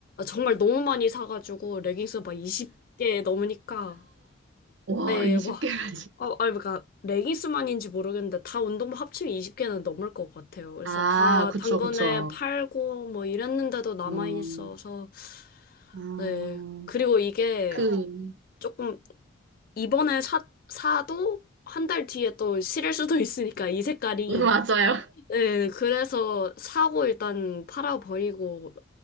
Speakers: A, on the left; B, on the right.
A: 정말 너무 많이 사가지고 레깅스 막 20개 넘으니까.
B: 와,
A: 네,
B: 20개가
A: 막.
B: 지
A: 아, 아니, 그러니까 레깅스만인지 모르겠는데 다 운동복 합치면 20개는 넘을 것 같아요. 그래서
B: 아,
A: 다
B: 그쵸,
A: 당근에
B: 그쵸.
A: 팔고 뭐 이랬는데도 남아
B: 음,
A: 있어서
B: 음,
A: 네. 그리고 이게
B: 그,
A: 조금 이번에 사, 사도 한 달 뒤에 또 실을 수도 <laughs> 있으니까 이 색깔이.
B: <laughs> 맞아요.
A: 네, 그래서 사고 일단 팔아버리고